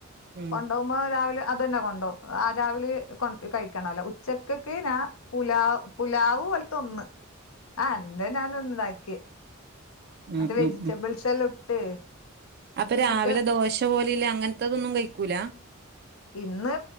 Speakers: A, on the right; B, on the left.
A: ഉം
B: കൊണ്ടൊവും നമ്മ രാവിലെ അതന്നെ കൊണ്ടോവും ആ രാവിലെ കൊ കഴിക്കണല്ലോ ഉച്ചക്കക്ക് ഞാ പുലാവ് പുലാവ് പോലത്തെ ഒന്ന് ആഹ് രണ്ടും ഞാൻ തന്നെ ഇണ്ടാക്കിയേ
A: ഉം
B: മറ്റേ വെജിറ്റബിൾസ്
A: ഉം
B: എല്ലാം ഇട്ട്
A: അപ്പം രാവിലെ
B: മറ്റേ
A: ദോശ പോലെല്ല അങ്ങനത്തതൊന്നും കഴിക്കൂല
B: ഇന്ന്